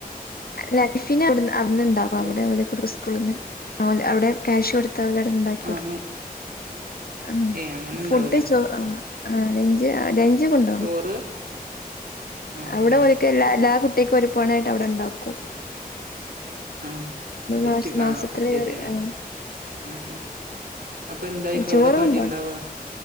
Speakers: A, on the left; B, on the right.
A: ല്ലാ ടിഫിന് അവിട്ന്ന് അവിട്ന്ന്ണ്ടാകും
B: ഫ്രൂട്
A: അവിടെ ഓല് കൊടുക്ക് സ്കൂള്ന്ന് ഓല് അവിടെ ക്യാഷ് കൊടുത് ത്ത ഓലടെണ്ടാക്കി
B: ആഹ്
A: കൊടുക്കും
B: അങ്ങനെ
A: ആഹ്
B: ഏയ് അങ്ങനെ
A: ഫുഡ്
B: ഇണ്ടാവൂലേ
A: ചോ ആഹ് ആഹ് ലഞ്ച് ആ ലഞ്ച് കൊണ്ടോണം
B: ചോറ് ഉം
A: അവിടെ
B: ഉം
A: ഓൽക്ക് എല്ലാ എല്ലാ കുട്ടിക്കും ഒരു പോണായിട്ട് അവിടെണ്ടാക്കും
B: ആഹ് ബ്റ്റ്
A: മാസ മാസത്തില്
B: ആഹ് അപ്പശരിയാണ്
A: ഒരു ആഹ്
B: ഉം ഉം അപ്പന്തായിരിക്കും
A: ചോറ്
B: അവിടെ കടിണ്ടാവ
A: കൊണ്ടോണം